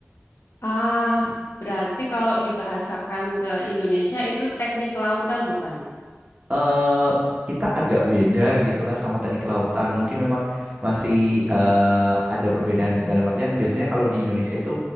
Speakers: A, on the left; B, on the right.
A: Ah, berarti kalau dibahasakan ke Indonesia itu teknik lautan bukan?
B: eh kita agak beda gitu Kak sama teknik lautan. Mungkin memang masih eh, ada perbedaan dalam artian biasanya kalau di Indonesia itu